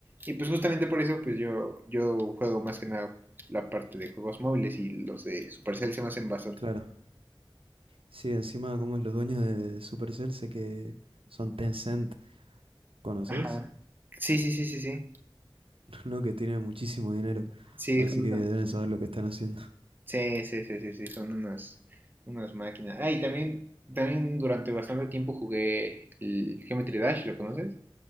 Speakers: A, on the right; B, on the right.
A: Y pues justamente por eso, pues yo, yo juego más que nada la parte de juegos móviles y los de Supercell se me hacen bastante.
B: Claro. Sí, encima como es los dueños de Supercell, sé que son Tencent, ¿conoces?
A: Ajá. Sí, sí, sí, sí, sí.
B: <laughs> No, que tienen muchísimo dinero,
A: Sí,
B: así
A: justamente.
B: que deben saber lo que están haciendo.
A: Sí, sí, sí, sí, sí, son unas, unas máquinas. Ah, y también, también durante bastante tiempo jugué el Geometry Dash, ¿lo conoces?